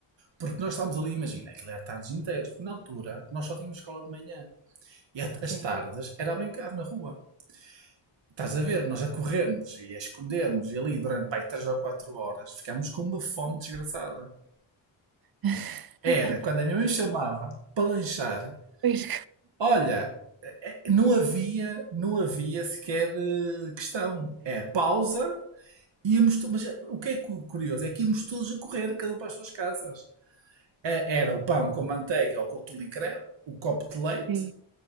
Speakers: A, on the right; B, on the right.
A: Porque nós estávamos ali, imagina, aquilo era tardes inteiras, porque na altura nós só tínhamos escola de manhã. E at-
B: sim.
A: as tardes era a brincar na rua. Estás a ver, nós a corrermos e a escondermos e ali durante pai, 3 ou 4 horas ficámos com uma fome desgraçada.
B: <laughs>
A: Era quando a minha mãe chamava para lanchar,
B: Pois
A: olha, eh, eh, não havia, não havia sequer eh, questão. É pausa, íamos, to- mas eh, o que é cu- curioso é que íamos todos a correr, cada um para as suas casas. Eh, Era o pão com manteiga ou com tulicré, o copo de leite
B: Sim,